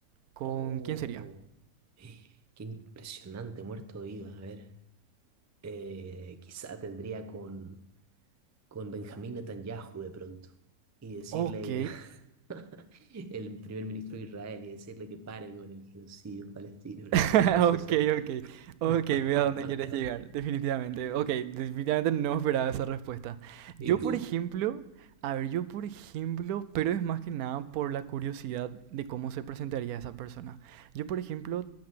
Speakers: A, on the right (about 80°); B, on the right (about 20°).
A: ¿con
B: Oh,
A: quién sería?
B: eh, qué impresionante, muerto de vivo. A ver, eh, quizá tendría con, con Benjamín Netanyahu de pronto y decirle,
A: Ok,
B: <laughs> el primer ministro de Israel, y decirle que pare con el genocidio palestino, una,
A: <laughs>
B: una cosa
A: Ok,
B: así.
A: ok, ok,
B: <laughs>
A: veo a dónde quieres llegar, definitivamente. Ok, definitivamente no esperaba esa respuesta.
B: ¿Y
A: Yo,
B: tú?
A: por ejemplo, a ver, yo, por ejemplo, pero es más que nada por la curiosidad de cómo se presentaría esa persona. Yo, por ejemplo,